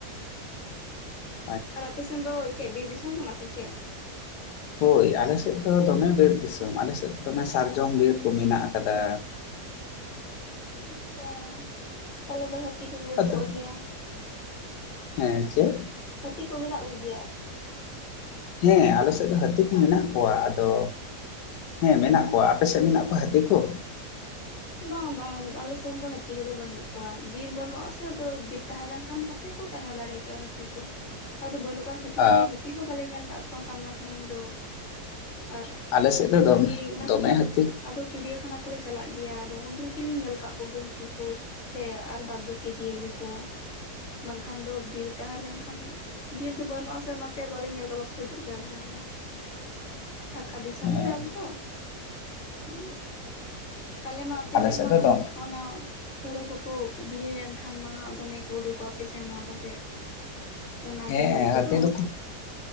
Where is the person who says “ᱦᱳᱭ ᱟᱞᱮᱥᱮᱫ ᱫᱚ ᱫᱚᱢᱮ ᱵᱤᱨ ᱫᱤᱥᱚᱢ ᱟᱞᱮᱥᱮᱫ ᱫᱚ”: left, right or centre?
Left